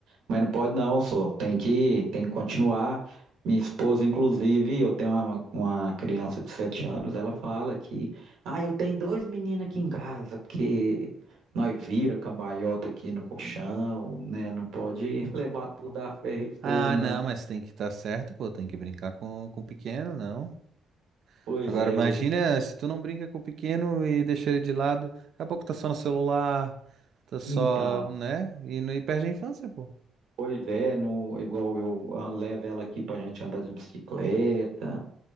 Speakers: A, on the right (about 80°); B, on the right (about 60°).
A: mas não pode não, só tem que, tem que continuar. Minha esposa, inclusive, eu tenho uma, uma criança de sete anos, ela fala que, ah, eu tenho dois meninos aqui em casa, porque nós vira cambalhota aqui no colchão, né, não pode <laughs> levar tudo a ferro e fogo,
B: Ah,
A: não.
B: não, mas tem que estar certo, pô, tem que brincar com, com o pequeno, não.
A: Pois
B: Agora
A: é,
B: imagina
A: eu,
B: se tu não brinca com o pequeno e deixa ele de lado, daqui a pouco tá só no celular, tá só,
A: Então,
B: né? E, não- e perde a infância, pô.
A: pois é, no, igual eu ah, levo ela aqui pra gente andar de bicicleta,